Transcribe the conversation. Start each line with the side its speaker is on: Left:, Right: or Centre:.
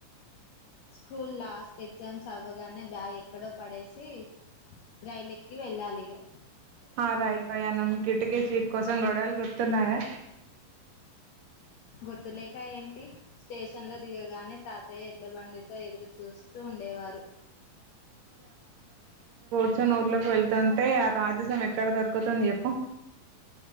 Left: స్కూల్ లాస్ట్ ఎగ్జామ్స్ అవ్వగానే బ్యాగ్ ఎక్కడో పడేసి రైలెక్కి వెళ్ళాలిగా
Right: ఆ రాయిల్ ప్రయాణం కిటకీ సీట్ కోసం గొడల్ గుర్తున్నాయా
Left: గుర్తులేక ఏంటి స్టేషన్ లో దిగగానే తాతయ్య ఎడ్ల బండితో ఎదురు చూస్తూ ఉన్ ఉండేవారు
Right: ర్చొని ఊర్లోకి వెళ్తుంటే ఆ రాజసం ఎక్కడ దొరుకుతుంది జెప్పు